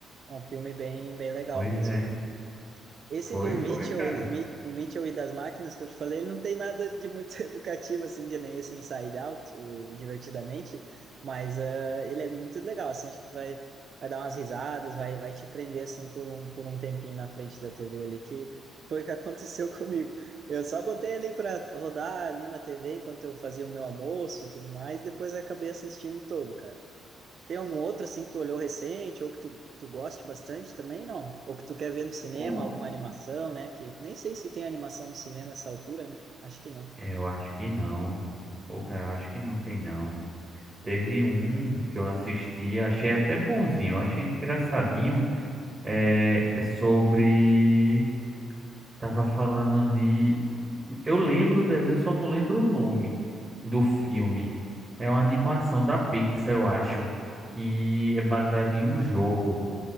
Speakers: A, on the right; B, on the right.
A: é um filme bem, bem legal
B: Pois
A: mesmo.
B: é,
A: Esse
B: foi,
A: do
B: foi,
A: Mitchell,
B: cara.
A: ele- Mi- o Mitchell e das máquinas que eu te falei, ele não tem nada de muito <laughs> educativo, assim, que nem esse Inside Out, o Divertidamente, mas ah, ele é muito legal, assim, acho que tu vai, vai dar umas risadas, vai, vai te prender, assim, por um, por um tempinho na frente da TV ali, que foi o que aconteceu <laughs> comigo. Eu só botei ali para rodar ali na TV enquanto eu fazia o meu almoço e tudo mais, depois acabei assistindo todo, cara. Tem algum outro assim que tu olhou recente ou que tu, tu goste bastante também, não? Ou que tu quer ver no cinema,
B: Pô,
A: alguma animação, né? Que nem sei se tem animação no cinema essa altura, né? Acho que não.
B: é, eu acho que não. Pô, cara, eu acho que não tem não. Teve um que eu assisti, achei até bonzinho, eu achei engraçadinho, é é sobre Tava falando de. de- Eu lembro o desenho, só não lembro o nome do filme. É uma animação da Pixar, eu acho, que é baseado em um jogo,